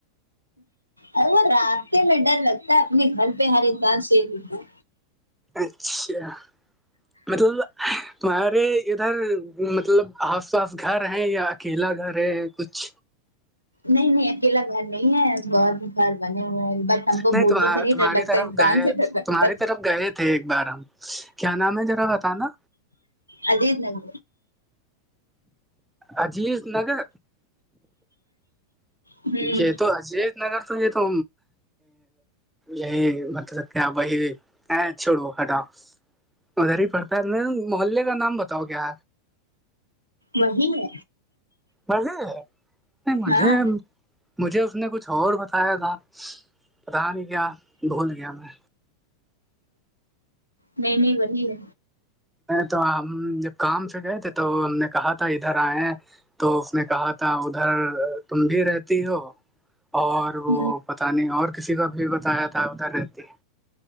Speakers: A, on the right; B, in the centre.
A: ارے وہ راستے میں ڈر لگتا ہے اپنے گھر پے ہر انسان سیف رہتا ہے
B: اچھا مطلب تمہارے ادھر مطلب آس پاس گھر ہیں یا اکیلا گھر ہے کچھ
A: نہیں نہیں اکیلا گھر نہیں ہے بازو گھر بنے ہوئے ہیں ہم کو
B: نہیں
A: بھوتوں
B: تمہار
A: سے
B: تمہارے
A: ڈر لگتا
B: طرف
A: انسان
B: گئے
A: سے ڈر لگتا
B: تمہارے
A: ہے
B: طرف گئے تھے ایک بار ہم کیا نام ہے ذرا بتا نا
A: علیم نگر
B: عجیز نگر
A: ہوں
B: یے تو اجیز نگر تو یے تو یہی تو کیا بھائی اے چھوڑو ہتاؤ ادھر ہی پڑتا ہے اپنے محلے کا نام بتاؤ کیا
A: وہی ہے
B: نہیں مجھے
A: ہاں
B: مجھے اس نے کچھ اور بتایا تھا پتاہ نہیں کیا بھول گیا میں
A: نہیں نہیں وہی ہے
B: تو ہم جب کام سے گئے تھے تو ہم نے کہا تھا ادھر آئے تو اس نے کہا تا ادھر تم بھی رہتی ہو اور وہ
A: ہ
B: پتا پتہ نہیں اور کسی کا ابھی بتایا تھا ادھر رہتی